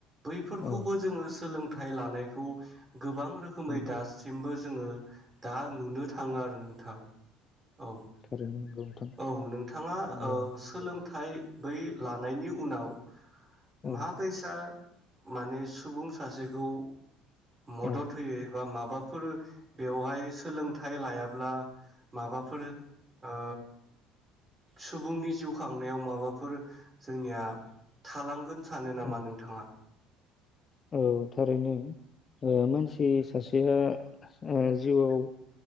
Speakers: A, on the right; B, on the left.
A: बैफोरखौबो
B: औ
A: जोङो सोलों थाय लानायखौ गोबां रोखोमै
B: नंगौ
A: दासिमबो जोङो दा नुनो थाङो आरो नोंथां औ
B: थारैनो नंगौ नोंथां
A: औ नोंथाङा
B: औ
A: सोलोंथाइ बै लानायनि उनाव
B: औ
A: महाबैसा माने सुबुं सासेखौ मदद
B: औ
A: होयो एबा माबा फोर बेवहाय सोलोंथाइ लायाब्ला माबाफोर ओ सुबुंनि जिउ खांनायाव माबाफोर जोंनिया थालांगोन सानो नामा
B: औ
A: नोंथाङा
B: औ थारैनो मानसि सासेया जिउआव